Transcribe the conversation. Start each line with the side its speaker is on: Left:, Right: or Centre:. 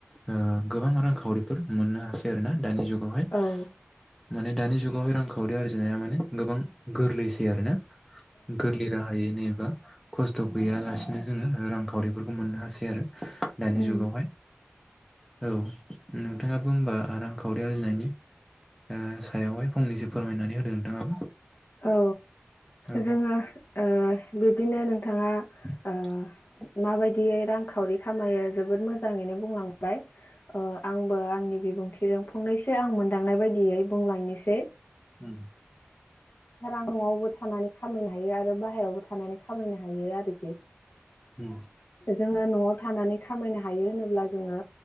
Centre: ओ गोबां रांखावरिफोर मोननो हासै आरोना दानि जुगाव। हाय
Left: औ
Centre: माने दानि जुगावहाय रांखावरि आरजिनाया माने गोबां गोरलैसै आरोना। गोरलै राहायैनो। खस्थ' गैयालासिनो जोङो रांखावरिफोरखौ मोननो हासै आरो। दानि
Left: उम
Centre: जुगावहाय। औ नोंथाङाबो होमबा रांखावरि आरजिनायनि ओ सायावहाय फंनैसो फोरमायनानै होदो नोंथाङाबो
Left: औ
Centre: औ
Left: जोङो ओ बिदिनो नोंथाङा
Centre: <inaudible>
Left: ओ माबायदियै रांखावरि खामायो जोबोद मोजाङैनो बुंलांबाय अ आंबो आंनि बिबुंथिजों फंनैसो आं मोनदांनाय बायदियै बुंलांनिसै
Centre: <inaudible>
Left: रां नआवबो थानानै खामायनो हायो आरो बाहेरायावबो थानानै खामायनो हायो आरोखि
Centre: उम
Left: जोङो नआव थानानै खामायनो हायो होनोब्ला जोङो